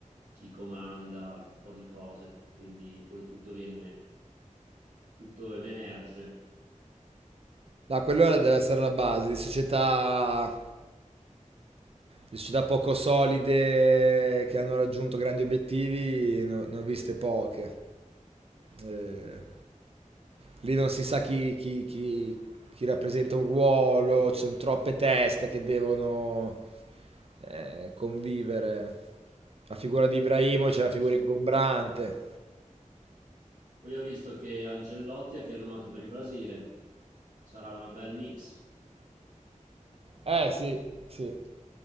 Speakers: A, on the right; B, on the right.
A: chi comanda, un po' di cose. Quindi poi tutto viene, tutto emerge.
B: No, quello era- deve essere la base di società, di società poco solide che hanno raggiunto grandi obiettivi, ne ho, ne ho viste poche. Eh, lì non si sa chi, chi- chi- chi rappresenta un ruolo, ci sono troppe teste che devono eh, convivere. La figura di Ibrahimovic è una figura
A: E se-
B: ingombrante.
A: Poi ho visto che Ancelotti ha firmato per il Brasile. Sarà una bel mix.
B: Eh sì, sì.